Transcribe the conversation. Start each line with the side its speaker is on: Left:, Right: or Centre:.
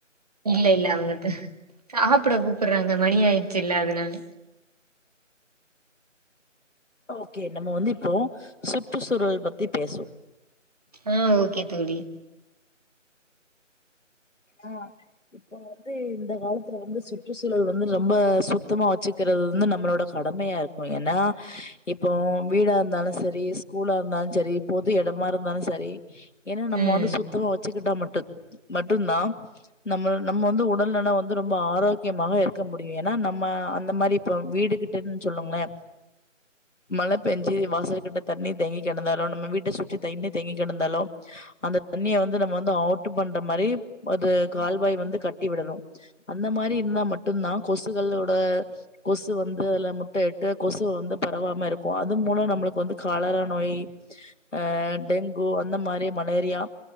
Right: இல்லெல்ல அங்குட்டு சாப்புட கூப்புறாங்க மணி ஆய்டுச்சுல்ல அதனால
Left: ஓகே நம்ம வந்து இப்போ சுற்றுச்சூழல் பத்தி பேசுவோ
Right: ஆ ஓகே தோழி
Left: ஆ இப்ப வந்து இந்த காலத்துல வந்து சுற்றுச்சூழல் வந்து ரொம்ப சுத்தமா வச்சுக்குறது வந்து நம்மளோட கடமயாரு ப்போ ஏனா இப்போ வீடா இருந்தாலு செரி ஸ்கூலா இருந்தாலு செரி பொது எடமா இருந்தாலு செரி ஏனா நம்ம
Right: ம்
Left: வந்து சுத்தமா வச்சுக்கிட்டா மட்டு மட்டுந்தா நம்மள் நம்ம வந்து உடல் நலோ வந்து ரொம்ப ஆரோக்கியமாக இருக்க முடியு ஏனா நம்ம அந்த மாரி இப்போ வீடு கிட்டன் சொல்லுங்ளே மழ பேஞ்சு வாசல் கிட்ட தண்ணி தேங்கி கெடந்தாலு நம்ம வீட்ட சுற்றி தண்ணி தேங்கி கெடந்தாலு அந்த தண்ணிய வந்து நம்ம வந்து அவுட்டு பண்ற மாரி பொது கால்வாய் வந்து கட்டி விடணு அந்த மாரி இருந்தா மட்டுந்தா கொசுக்களோட கொசு வந்து அதுல முட்ட இட்டு கொசு வந்து பரவாம இருக்கு அது மூலோ நம்ளுக்கு வந்து காலரா நோய் ஆ டெங்கு அந்த மாரி மலேரியா